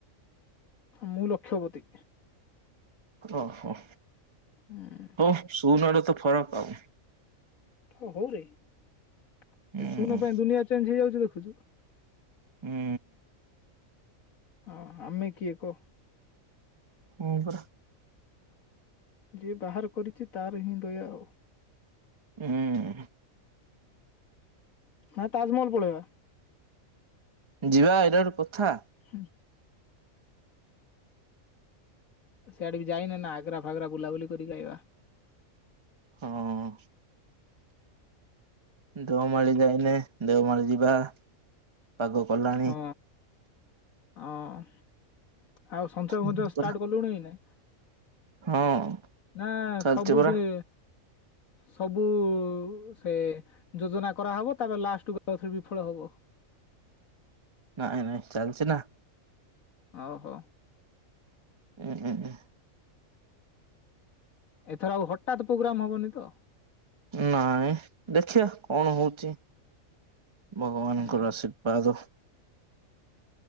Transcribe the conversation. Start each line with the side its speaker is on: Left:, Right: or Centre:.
Left: ମୁଁ ଲକ୍ଷପତୀ।
Right: ଓହୋ।
Left: ହୁଁ।
Right: ହଉ ଶୂନରେ ତ ଫରକ ଆଉ।
Left: ହ ହଉରେ ଏ
Right: ହୁଁ।
Left: ଶୂନ ପାଇଁ ଦୁନିଆ ଚେଞ୍ଜ ହେଇଯାଉଛି ଦେଖୁଛୁ।
Right: ହୁଁ।
Left: ହଁ ଆମେ କିଏ କହ?
Right: ହଁ ପରା।
Left: ଯିଏ ବାହାର କରିଛି ତାର ହିଁ ଦୟା ଆଉ।
Right: ହୁଁ।
Left: ହଁ ତାଜମହଲ ପଳେଇବା।
Right: ଯିବା ଏଇଟା ଗୋଟେ କଥା।
Left: ହଁ। ସିଆଡେ ବି ଯାଇନେ ନା ଆଗ୍ରା ଫାଗ୍ରା ବୁଲାବୁଲି କରିିକି ଆଇବା।
Right: ହଁ। ଦେଓମାଳି ଯାଇନେ ଦେଓମାଳି ଯିବା। ପାଗ କଲା।
Left: ହଁ ହଁ ଆଉ ସଞ୍ଚୟ
Right: ହଁ
Left: ଫଞ୍ଚୟ ଷ୍ଟାର୍ଟ
Right: ପରା
Left: କଲୁଣି ନା?
Right: ହଁ।
Left: ନା
Right: ଚାଲିଛି
Left: ସବୁଦିନ
Right: ପରା
Left: ସବୁ ସେ ଯୋଜନା କରାହବ ତାପରେ ଲାଷ୍ଟକୁ ଆ ବିଫଳ ହବ।
Right: ନାଇଁ ନାଇଁ ଚାଲିଛି ନା।
Left: ଓଉ ହଉ।
Right: ଉଁ ଉମ୍ଁ ଉଁ।
Left: ଏଥର ଆଉ ହଠାତ୍ ପ୍ରୋଗ୍ରାମ ହବନି ତ?
Right: ନାଇଁ ଦେଖିବା କଣ ହଉଛି? ଭଗବାନଙ୍କର
Left: ହୁଁ
Right: ଆଶୀର୍ବାଦ।